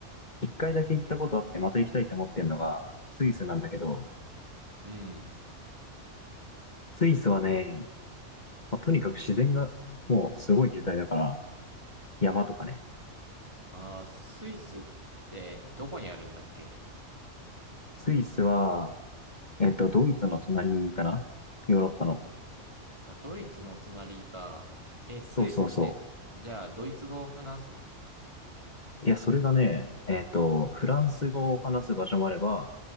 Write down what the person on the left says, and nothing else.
一回だけ行ったことあって、また行きたいと思ってんのが、スイスなんだけど、
スイスはね、まあとにかく自然が、もうすごい雄大だから、山とかね。
スイスは、えっと、ドイツの隣かなヨーロッパの。
そうそうそう。いや、それがね、えっと、フランス語を話す場所もあれば、